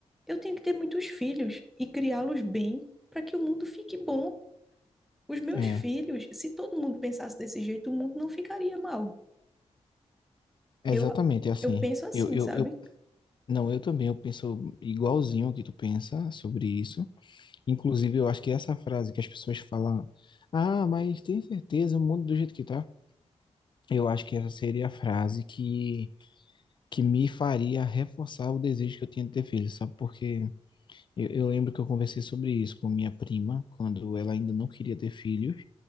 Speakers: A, in the centre; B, on the left.
A: eu tenho que ter muitos filhos e criá-los bem para que o mundo fique bom. Os meus
B: É,
A: filhos, se todo mundo pensasse desse jeito, o mundo não ficaria mal.
B: exatamente
A: Eu,
B: assim.
A: eu penso assim,
B: Eu, eu,
A: sabe?
B: eu, não, eu também, eu penso igualzinho ao que tu pensa sobre isso. Inclusive, eu acho que essa frase que as pessoas falam, ah, mas tem certeza, o mundo do jeito que tá. Eu acho que essa seria a frase que que me faria reforçar o desejo que eu tinha de ter filho, sabe? Porque eu, eu lembro que eu conversei sobre isso com minha prima, quando ela ainda não queria ter filhos,